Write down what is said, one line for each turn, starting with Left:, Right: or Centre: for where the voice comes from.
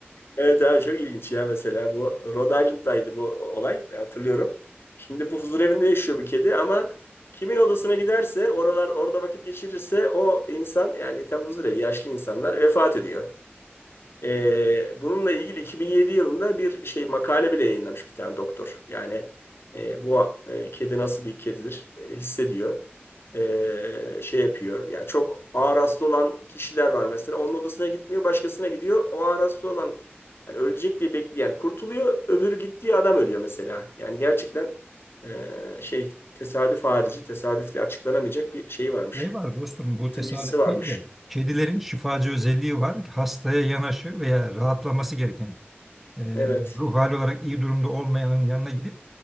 Left: Evet abi çok ilginç ya mesela bu Rhode Island'daydı bu olay ben hatırlıyorum. Şimdi bu huzur evinde yaşıyor bu kedi ama kimin odasına giderse oralar orada vakit geçirirse o insan yani tam huzur evi yaşlı insanlar vefat ediyor. Ee, bununla ilgili 2007 yılında bir şey makale bile yayınlamış bir tane doktor. Yani e, bu e, kedi nasıl bir kedidir e, hissediyor. Ee, şey yapıyor. Yani çok ağır hasta olan kişiler var mesela. Onun odasına gitmiyor, başkasına gidiyor. O ağır hasta olan hani ölecek diye bekleyen kurtuluyor. Öbürü gittiği adam ölüyor mesela. Yani gerçekten e, şey tesadüf harici, tesadüfle açıklanamayacak bir şeyi varmış.
Centre: Şey var dostum bu tesadüf
Left: Sıncısı varmış.
Centre: değil de kedilerin şifacı özelliği var. Hastaya yanaşır veya rahatlaması gereken e,
Left: Evet.
Centre: ruh hali olarak iyi durumda olmayanın yanına gidip